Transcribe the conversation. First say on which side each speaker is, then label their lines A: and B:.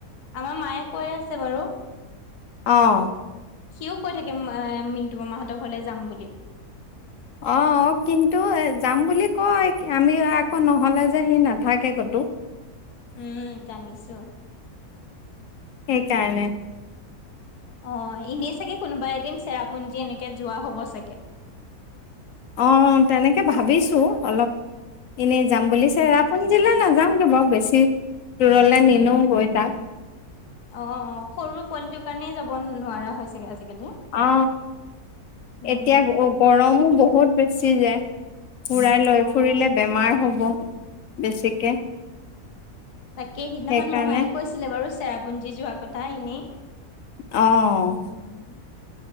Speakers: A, on the left (about 85°); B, on the left (about 65°).
A: আমাৰ মায়ে কৈ আছে বাৰু
B: অ'।
A: সিওঁ কৈ থাকিম মিণ্টু মামাহঁতৰ ঘৰলে যাম বুলি।
B: অ অ কিন্তু এ যাম বুলি কয় আমি আকৌ নহলে যে সি নাথাকে কতো।
A: <inaudible> জানিছো।
B: সেইকাৰণে
A: অ এনেই চাগে কোনোবা এদিন চেৰাপুঞ্জী এনেকে যোৱা হ'ব চাগে।
B: অ তেনেকে ভাবিছোঁ অলপ এনেই যাম বুলি
A: উম
B: চেৰাপুঞ্জী, সেইফালে নাযাওঁগে বাৰু বেছি দূৰলৈ নিনিওঁ গৈ তাক
A: অ অ সৰু পোৱালিটোৰ কাৰণেই যাব নোৱাৰা হৈছেগে আজিকালি
B: অ
A: উম
B: এতিয়া গৰমো বহুত বেছি যে। ফুৰাই লৈ
A: অ
B: ফুৰিলে
A: অ
B: বেমাৰ হ'ব বেছিকে।
A: তাকে সিদিনাখন
B: সেইকাৰণে
A: মহায়ে কৈছিলে বাৰু চেৰাপুঞ্জী, যোৱাৰ কথা এনেই-
B: অ
A: উম